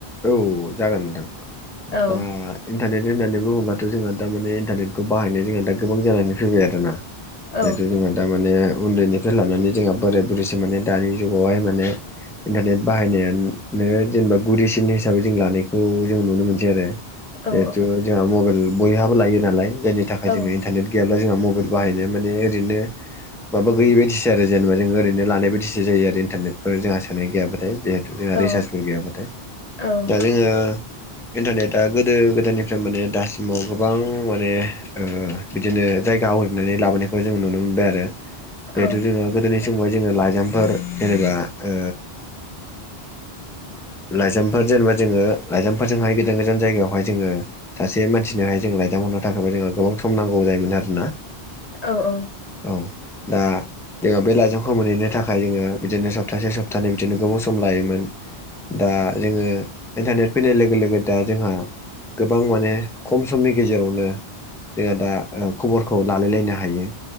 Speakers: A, in the centre; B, on the left (about 45°).
A: औ जागोन नोंथां
B: औ
A: दा इन्टारनेट होननानै बुङोब्लााथ' जोंहा दामाने इन्टारनेटखौ बाहायनाय जोंहा दा गोबां जानानै फैबाय आरो ना ।
B: औ
A: जिथु जोंहा दामाने उन्दैनिफ्राय लानानै जोंहा बोराय बुरैसो माने दानि जुगावहाय माने इन्टारनेट बाहायनाया नोङो जेनेबा गुरि नि हिसाबै जों लानायखौ जों नुनो मोनसै आरो
B: औ
A: जिहेथु जोंहा मबाइल बयहाबो लायो नालाय जायनि थाखाय
B: औ
A: जोङो इन्टारनेट गैयाब्ला जोंहा मबाइल बाहायनाया माने ओरैनो माबा गैयि बायदि आरो जेनेबा जों ओरैनो लानाय बादिसो जायो आरो इन्टारनेटफोर जोंहा सोनाय गैयाबाथाय । जोङा
B: औ
A: रिसार्चफोर गैयाबाथाय
B: औ
A: दा जोङो इन्टारनेटआ गोदो गोदायनिफ्राय माने दासिमाव गोबां माने ओ बिदिनो जायगा आवग्रिनानै लाबोनायखौ जों नुनो मोनबाय आरो
B: औ
A: जिहेथु जोङो गोदोनि समाव लाइजामफोर जेनेबा ओ लाइजाम जेनेबा जोङो लाइजामफोरजोंहाय गोदान गोदान जायगायावहाय जोङो सासे मानसिनोहाय जों लाायजाम हरनो थाखायबो जोंहा गोबां सम नांगौ जायोमोन आरोना ।
B: औ औ
A: औ दा जोङो बे लाइजामखौ मोनहैनो थाखाय जोङो बिदिनो सप्तासे सप्तानै बिदिनो गोबाव सम लायोमोन दा जोङो इन्टारनेट फैनाय लोगो लोगो दा जोंहा गोबां माने खम समनि गेजेरावनो जोंहा दा खबरखौ लालायलायनो हायो